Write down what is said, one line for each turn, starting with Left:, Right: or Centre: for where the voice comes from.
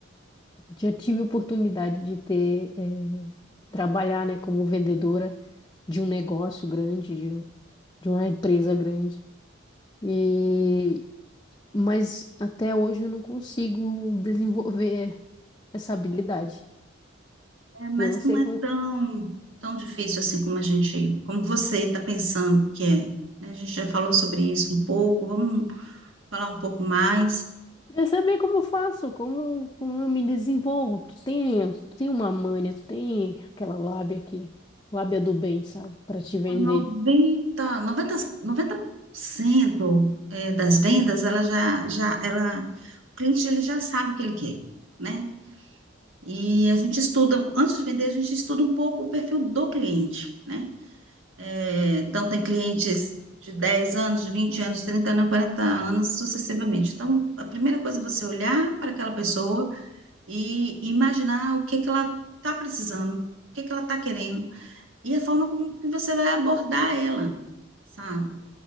Left: já tive oportunidade de ter, eh, trabalhar, né, como vendedora de um negócio grande, de, de uma empresa grande. E, mas até hoje eu não consigo desenvolver essa habilidade.
Right: É, mas
Left: E eu não sei
Right: não é
Left: como
Right: tão, tão difícil assim como a gente, como você está pensando que é. né? A gente já falou sobre isso um pouco. Vamos falar um pouco mais.
Left: Queria saber como eu faço, como, como eu me desenvolvo. Tu tem, tu tem uma manha, tu tem aquela lábia aqui, lábia do bem, sabe? Pra te vender.
Right: noventa noventa 90, 90% é, das vendas, ela já, já, ela, o cliente ele já sabe o que ele quer, né? E a gente estuda, antes de vender, a gente estuda um pouco o perfil do cliente, né? É, então, tem clientes de 10 anos, de 20 anos, 30 anos, 40 anos, sucessivamente. Então, a primeira coisa é você olhar para aquela pessoa e imaginar o que que ela está precisando, o que que ela está querendo, e a forma como que você vai abordar ela, sabe?